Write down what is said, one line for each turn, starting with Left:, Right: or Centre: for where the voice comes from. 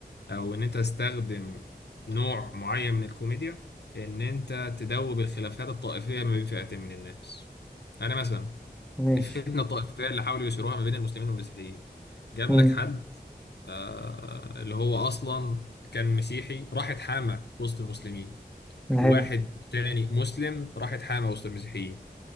Left: او ان انت تستخدم نوع معين من الكوميديا ان انت تدوب الخلافات الطائفية ما بين فئتين من الناس انا مثلا
Centre: ماشي
Left: الفتنة الطائفية اللي حاولوا يثيروها ما بين المسلمين والمسيحيين جاب
Centre: مم.
Left: لك حد آه، اللي هو اصلا كان مسيحي راح اتحامى وسط المسلمين
Centre: حلو
Left: وواحد تاني مسلم راح اتحامى وسط المسيحيين